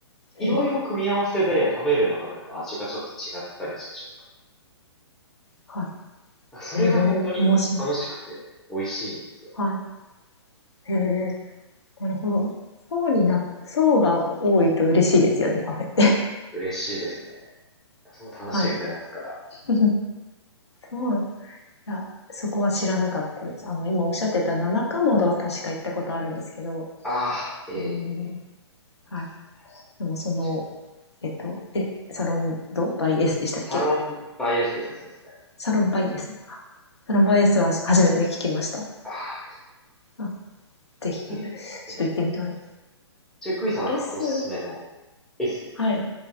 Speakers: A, in the centre; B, on the left (about 70°).
A: いろいろ組み合わせで食べれば食べると味がちょっと違ったりして食感。
B: へえ、は
A: なんかそれが本当に楽しくて美味しいんですよね。
B: い。へえ、面白い。はい。へえ、なるほど。層にな層が多いと嬉しいですよね、カフェって。
A: 嬉しいですね。
B: <laughs>
A: その楽しみ増えますから。
B: はい。<laughs> そうなんです。いや、そこは知らなかったです。あの、今おっしゃってた七かまどは確か行ったことあるんですけど。
A: ああ、え
B: うーん、
A: えー、いますよね。
B: はい。でもその、
A: 確かに
B: えっと、え、サロンドバイエスでしたっけ
A: サロンバイエースですね、そうですね。
B: サロンバイエスサロンバイエスは初めて聞きました。
A: ああ、いいで
B: あ、ぜひ、
A: す。ちなみにね、
B: ちょっと行ってみたい
A: えー、ちなみにクミさんなんかおすすめの
B: です。S、
A: S。
B: はい。